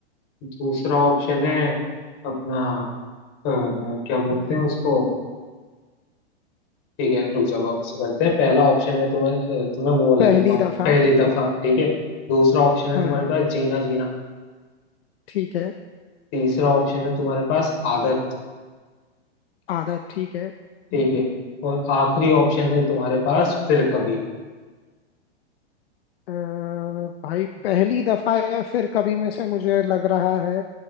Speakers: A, on the left; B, on the left.
A: दूसरा ऑप्शन है अपना अ, क्या बोलते हैं उसको ठीक है रुक जाओ वापस से करते हैं पहला ऑप्शन में तुम्हें अ, तुम्हें वो वाला
B: पहली
A: देता हूँ
B: दफा
A: पहली दफा ठीक है दूसरा ऑप्शन है
B: हाँ
A: तुम्हारे
B: हाँ
A: पास जीना जीना
B: ठीक है
A: तीसरा ऑप्शन है तुम्हारे पास आदत
B: आदत ठीक है
A: ठीक है और आखिरी ऑप्शन है तुम्हारे पास फिर कभी
B: अ, भाई पहली दफा या फिर कभी में से मुझे लग रहा है